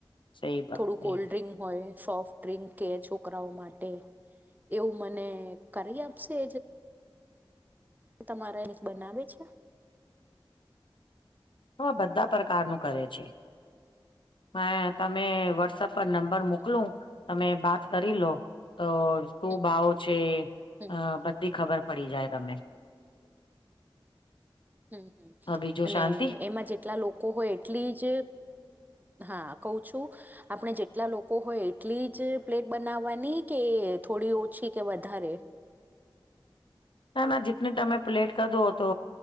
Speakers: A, on the left (about 65°); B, on the right (about 20°).
A: સહી વાત
B: થોડું
A: સહી
B: કોલ્ડ
A: વાત
B: ડ્રિંક હોય. સોફ્ટ ડ્રિંક કે છોકરાઓ માટે એવું મને કરી આપશે? તમારા એને બનાવે છે.
A: તો આ બધા પ્રકારનું કરે છે. મે તમે વોટ્સપ પર
B: હમ
A: નંબર
B: હમ
A: મોકલું તમે બાત કરી લો તો શું
B: હમ હમ
A: ભાવ છે
B: હમ હમ
A: બધી ખબર પડી જાય તમે
B: હમ હમ
A: બીજું
B: અને
A: શાંતિ
B: એમાં જેટલા લોકો હોય એટલી જ હા કઉ છું. આપણે જેટલા લોકો હોય એટલી જ પ્લેટ બનાવવાની કે થોડી ઓછી કે વધારે
A: ના ના જેટની તમે પ્લેટ કાધો તો